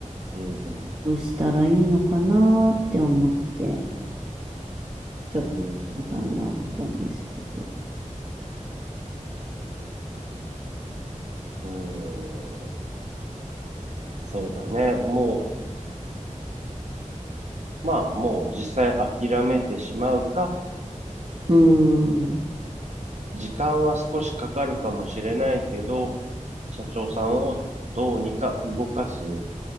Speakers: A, on the right (about 60°); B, on the right (about 40°).
A: うん、うん、
B: どうしたらいいのかなって思って、ちょっと相談があったんですけど。
A: うん、うん。そうだね。もう、まあ、もう実際諦めてしまうか、
B: うーん、
A: 時間は少しかかるかもしれないけど、社長さんをどうにか動かす